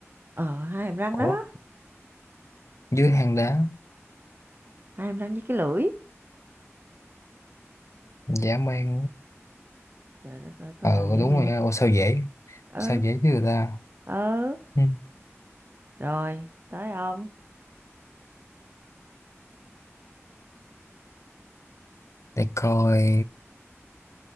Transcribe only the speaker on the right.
ờ hai hàm răng
đó
Ha,
hai hàm răng với cái lưỡi
trời đất ơi có
ai đâu dễ
mê
ừ
ừ
rồi tới ông